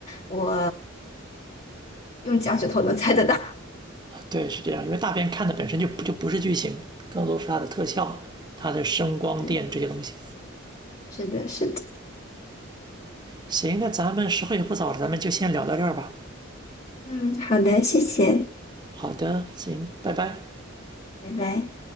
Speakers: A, on the left (about 35°); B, on the right (about 20°).
A: 我用脚趾头能猜得到。
B: 对，是这样，因为大片看的本身就就不是剧情，更多是它的特效、它的声光电这些东西。
A: <laughs> 是的，是的。
B: 行，那咱们时候也不早了，咱们就先聊到这儿吧。
A: 嗯，好的，谢谢，
B: 好的，行，拜拜。
A: 拜拜。